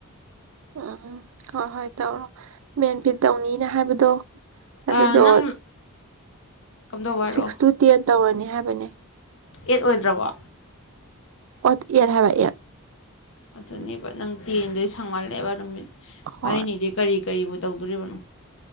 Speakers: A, on the right; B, on the left.
A: ꯎꯝ ꯎꯝ ꯍꯣꯏ ꯍꯣꯏ ꯇꯧꯔꯣ ꯃꯦꯟꯐꯤꯠ ꯇꯧꯅꯤꯅ ꯍꯥꯏꯕꯗꯣ꯫ ꯑꯗꯨꯗꯣ
B: ꯑꯥ ꯅꯪ ꯀꯝꯗꯧꯕ ꯍꯥꯏꯔꯛꯑꯣ
A: ꯁꯤꯛꯁ ꯇꯨ ꯇꯦꯟ ꯇꯧꯔꯅꯤ꯫ ꯍꯥꯏꯕꯅꯦ
B: ꯑꯦꯠ ꯑꯣꯏꯗ꯭ꯔꯕꯣ꯫
A: ꯑꯣ ꯑꯦꯠ ꯍꯥꯏꯕ ꯑꯦꯠ
B: ꯑꯗꯨꯅꯦꯕ ꯅꯪ ꯇꯦꯟꯗꯣ ꯁꯥꯡꯃꯜꯂꯦꯕ ꯅꯨꯃꯤꯠ
A: ꯍꯣꯏ
B: ꯃꯔꯤꯅꯤꯗꯤ ꯀꯔꯤ ꯀꯔꯤꯕꯨ ꯇꯧꯗꯧꯔꯤꯕꯅꯣ꯫